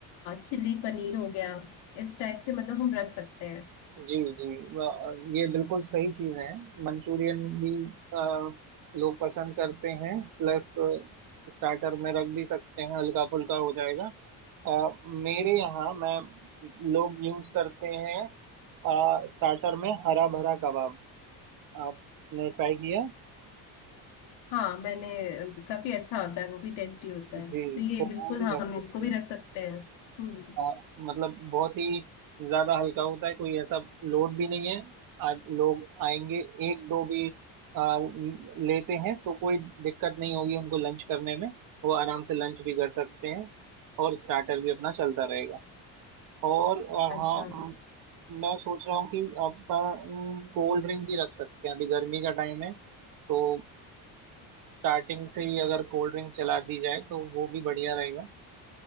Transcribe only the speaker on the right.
जी जी अ, ये बिल्कुल सही चीज है मंचूरियन भी अ, लोग पसंद करते हैं प्लस स्टार्टर में रख भी सकते हैं हल्का फुल्का हो जाएगा अ, मेरे यहाँ मैं लोग यूज करते हैं स्टार्टर में हरा भरा कबाब आपने ट्राई किया
जी
तो
वो भी
रख
सकते
हैं
अ, मतलब बहुत ही ज्यादा हल्का होता है कोई ऐसा लोड भी नहीं है आज लोग आएंगे एक दो भी अ, लेते हैं तो कोई दिक्कत नहीं होगी उनको लंच करने में वो आराम से लंच भी कर सकते हैं और स्टार्टर भी अपना चलता रहेगा और अ,
हाँ म, मैं सोच रहा हूँ कि अपन कोल्ड ड्रिंक भी रख सकते हैं अभी गर्मी का टाइम है तो स्टार्टिंग से ही अगर कोल्ड ड्रिंक चला दी जाए तो वो भी बढ़िया रहेगा